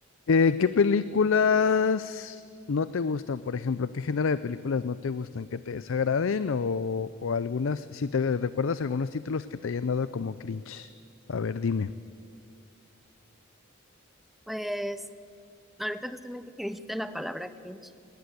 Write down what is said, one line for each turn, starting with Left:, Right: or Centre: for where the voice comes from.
Left: Eh, ¿qué películas no te gustan? Por ejemplo, ¿qué género de películas no te gustan? ¿Que te desagraden o, o algunas, si te recuerdas algunos títulos que te hayan dado como cringe? A ver, dime.
Centre: Pues ahorita justamente que dijiste la palabra cringe,